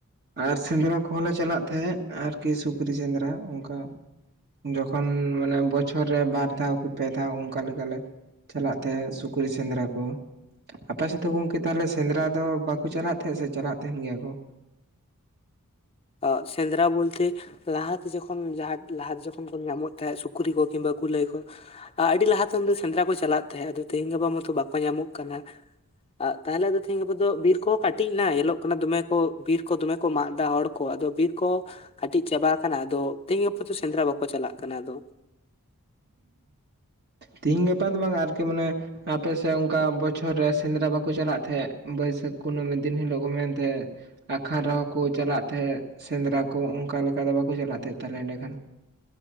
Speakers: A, on the right; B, on the left.
A: ᱟᱨ ᱥᱮᱸᱫᱽᱨᱟ ᱠᱚᱦᱚᱸ ᱞᱮ ᱪᱟᱞᱟᱜ ᱛᱟᱦᱮᱸᱜ ᱟᱨᱠᱤ ᱥᱩᱠᱨᱤ ᱥᱮᱸᱫᱽᱨᱟ ᱚᱱᱠᱟ ᱡᱚᱠᱷᱚᱱ ᱢᱟᱱᱮ ᱵᱚᱪᱷᱚᱨ ᱨᱮ ᱵᱟᱨ ᱫᱷᱟᱣ, ᱠᱤ ᱯᱮ ᱫᱷᱟᱣ, ᱚᱱᱠᱟ ᱞᱮᱠᱟ ᱞᱮ ᱪᱟᱞᱟᱜ ᱛᱟᱦᱮᱸ ᱥᱩᱠᱨᱤ ᱥᱮᱸᱫᱽᱨᱟ ᱠᱚ ᱾ ᱟᱯᱮ ᱥᱮᱫ ᱫᱚ ᱜᱚᱝᱠᱮ ᱛᱟᱦᱚᱞᱮ ᱥᱮᱸᱫᱽᱨᱟ ᱫᱚ ᱵᱟᱠᱚ ᱪᱟᱞᱟᱜ ᱛᱟᱦᱮᱸᱫ, ᱥᱮ ᱪᱟᱞᱟᱜ ᱛᱟᱦᱮᱱ ᱜᱮᱭᱟ ᱠᱚ?
B: ᱟ ᱥᱮᱸᱫᱽᱨᱟ ᱵᱚᱞᱛᱮ ᱞᱟᱦᱟᱛᱮ ᱡᱚᱠᱷᱚᱱ, ᱡᱟᱦᱟ ᱞᱟᱦᱟᱛᱮ ᱡᱚᱠᱷᱚᱱ ᱠᱚ ᱧᱟᱢᱚᱜ ᱛᱟᱦᱮᱸᱫ ᱥᱩᱠᱨᱤ ᱠᱚ ᱠᱤᱝᱵᱟ ᱠᱩᱞᱟᱹᱭ ᱠᱚ, ᱟ ᱟᱹᱰᱤ ᱞᱟᱦᱟᱛᱮ ᱩᱱᱫᱚ ᱥᱮᱸᱫᱽᱨᱟ ᱠᱚ ᱪᱟᱞᱟᱜ ᱛᱟᱦᱮᱸᱫ, ᱟᱫᱚ ᱛᱤᱦᱤᱧ ᱜᱟᱯᱟ ᱢᱟᱛᱚ ᱵᱟᱠᱚ ᱧᱟᱢᱚᱜ ᱠᱟᱱᱟ, ᱟ ᱛᱟᱦᱞᱮ ᱟᱫᱚ ᱛᱤᱦᱤᱧ ᱜᱟᱯᱟ ᱫᱚ, ᱵᱤᱨ ᱠᱚᱦᱚᱸ ᱠᱟᱹᱴᱤᱡ ᱮᱱᱟ ᱧᱮᱞᱚᱜ ᱠᱟᱱᱟ ᱫᱚᱢᱮ ᱠᱚ, ᱵᱤᱨ ᱠᱚ ᱫᱚᱢᱮ ᱠᱚ ᱢᱟᱜ ᱮᱫᱟ ᱦᱚᱲ ᱠᱚ, ᱟᱫᱚ ᱵᱤᱨ ᱠᱚ ᱠᱟᱹᱴᱤᱡ ᱪᱟᱵᱟ ᱣᱟᱠᱟᱱᱟ, ᱟᱫᱚ ᱛᱤᱦᱤᱧ ᱜᱟᱯᱟ ᱫᱚ ᱥᱮᱸᱫᱽᱨᱟ ᱵᱟᱠᱚ ᱪᱟᱞᱟᱜ ᱠᱟᱱᱟ ᱟᱫᱚ ᱾
A: ᱛᱤᱦᱤᱧ ᱜᱟᱯᱟ ᱫᱚ ᱵᱟᱝ ᱟᱨᱠᱤ ᱢᱟᱱᱮ ᱟᱯᱮᱥᱮ ᱚᱱᱠᱟ ᱵᱚᱪᱷᱚᱨ ᱨᱮ ᱥᱮᱸᱫᱽᱨᱟ ᱵᱟᱠᱚ ᱪᱟᱞᱟᱜ ᱛᱮᱦᱮᱸᱫ, ᱵᱟᱹᱭᱥᱟᱹᱠᱷ ᱠᱩᱱᱟᱹᱢᱤ ᱫᱤᱱ ᱦᱤᱞᱳᱜ ᱠᱚ ᱢᱮᱱ ᱛᱮᱦᱮᱸᱫ ᱟᱠᱷᱟᱱ ᱨᱮᱦᱚᱸ ᱠᱩ ᱪᱟᱞᱟᱜ ᱛᱟᱦᱮᱸᱜ, ᱥᱮᱸᱫᱽᱨᱟ ᱠᱩ ᱚᱱᱠᱟ ᱞᱮᱠᱟ ᱫᱚ ᱵᱟᱠᱩ ᱪᱟᱞᱟᱜ ᱛᱟᱦᱮᱱ ᱛᱟᱦᱚᱞᱮ ᱮᱸᱰᱮ ᱠᱷᱟᱱ?